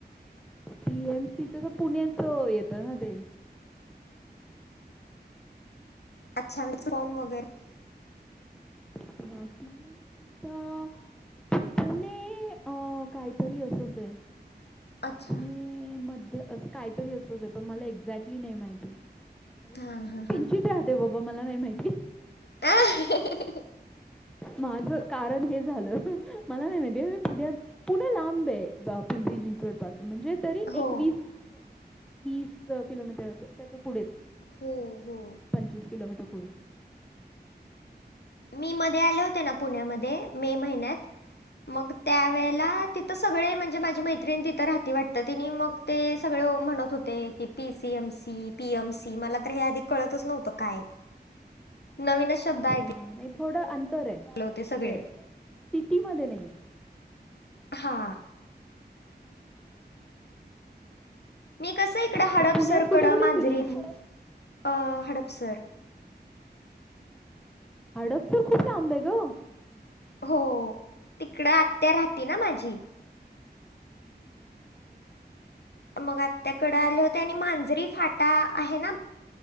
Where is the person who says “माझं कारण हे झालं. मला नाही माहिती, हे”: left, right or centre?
Centre